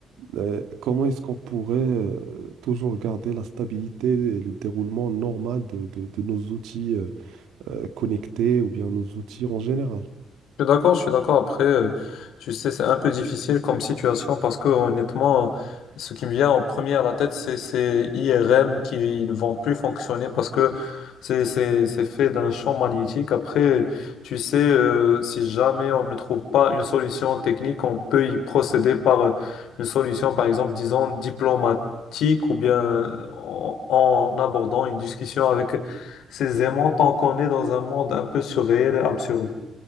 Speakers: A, on the right; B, on the left.
A: Euh, comment est-ce qu'on pourrait euh, toujours garder la stabilité et le déroulement normal de, de- de nos outils euh, euh, connectés ou bien nos outils en général?
B: Je suis d'accord, je suis d'accord. Après, euh, tu sais, c'est un peu difficile comme situation parce que honnêtement, ce qui me vient en premier à la tête, c'est ces IRM qui ne vont plus fonctionner parce que c'est c'est c'est fait d'un champ magnétique. Après, tu sais, euh, si jamais on ne trouve pas une solution technique, on peut y procéder par euh, une solution, par exemple, disons diplomatique ou bien en, en abordant une discussion avec ces aimants tant qu'on est dans un monde un peu surréel et absurde.